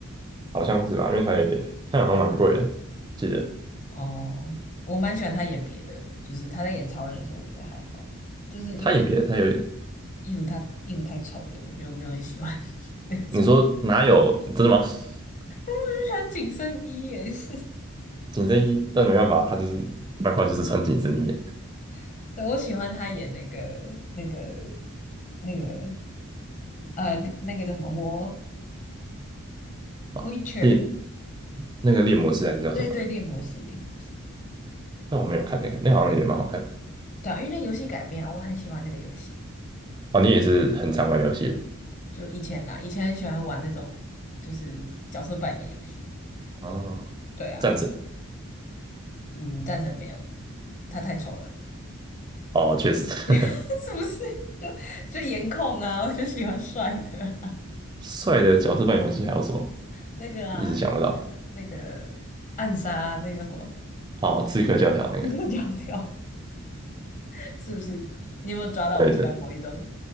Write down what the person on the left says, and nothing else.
哦，我蛮喜欢他演别的，就是他在演超人的时候，我觉得还好，就是因为那个
衣服他衣服太丑了，我觉得我没有很喜欢 <laughs> 那个超，
我
就喜欢紧身衣也是，
<laughs> 对，我喜欢他演那个那个那个呃那个叫什么魔
Witcher，
对对，猎魔士猎魔士，
对啊，因为那游戏改编啊我很喜欢那个游戏。
就以前啦，以前很喜欢玩那种就是角色扮演游戏。
对啊，
嗯，战神没有，他太丑了，
<laughs> 是不是？<laughs> 就就颜控啊，我就喜欢帅的啊
那个啊，
那个那个暗杀，那个叫什么？
<laughs> 那个叫跳，<laughs> 是不是？你有没有抓到我喜欢某一种？